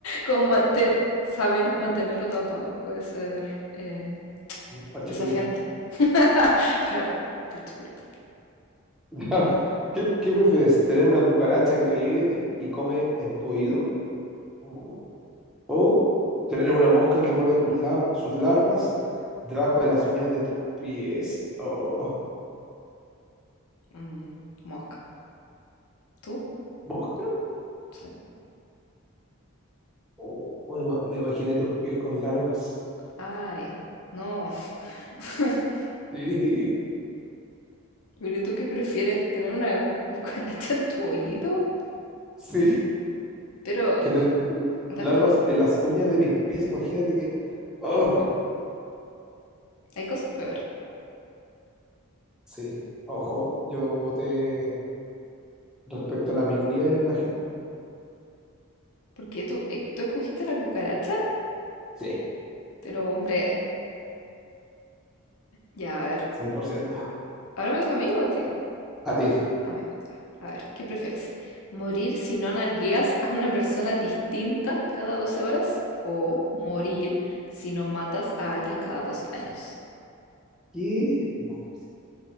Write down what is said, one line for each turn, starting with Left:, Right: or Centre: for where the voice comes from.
Left: como mante- saber mantenerlo tapado puede ser eh,
Centre: Parche
Left: desafiante.
Centre: curita.
Left: <laughs> Claro, por supuesto.
Centre: <laughs> ¿Qué, qué prefieres? ¿Tener una cucaracha que vive y come en tu oído? Mm. ¿O tener una mosca que pone tus lar- sus larvas debajo de las uñas de tus pies? Oh.
Left: Mm, mosca. ¿Tú?
Centre: ¿Mosca?
Left: Sí.
Centre: O- o ima- me imaginé tus pies con larvas.
Left: Ay, no. <laughs>
Centre: Sí,
Left: Pero ¿y tú qué prefieres? ¿Tener una cucaracha en tu oído?
Centre: <laughs> sí,
Left: Pero
Centre: que te-
Left: las
Centre: larvas
Left: pat-
Centre: en las uñas de mis pies, imagínate que... Oh,
Left: hay cosas peores.
Centre: sí, ojo, yo voté respecto a la minoría en la gente.
Left: Porque tú, eh, tú escogiste la cucaracha,
Centre: Sí,
Left: pero hombre, ya a ver.
Centre: cien por ciento
Left: Ahora me toca a mí o a ti.
Centre: A ti.
Left: Amén. A ver, ¿qué prefieres? ¿Morir si no nalgueas a una persona distinta cada 12 horas? ¿O morir si no matas a alguien cada dos años?
Centre: ¿Qué? Bueno,